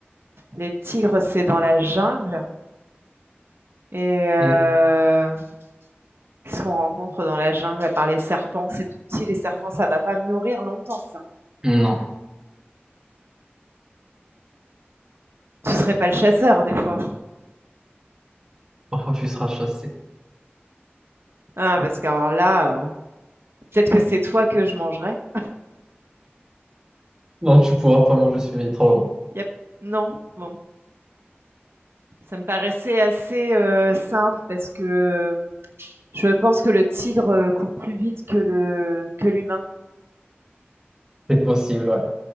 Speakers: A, on the right; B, on the right.
A: Les tigres, c'est dans la jungle. Et heu,
B: Et-
A: qu'est-ce qu'on rencontre dans la jungle à part les serpents? C'est tout petit, les serpents, ça va pas me nourrir longtemps ça.
B: Non,
A: Tu serais pas le chasseur des fois?
B: parfois tu seras chassé.
A: Ah parce que alors là, heu, peut-être que c'est toi que je mangerais?
B: Non, tu pourras pas manger celui trop long.
A: Il non? Bon, ça me paraissait assez, heu, simple parce que euh, je pense que le tigre, euh, court plus vite que le que l'humain.
B: C'est possible, ouais.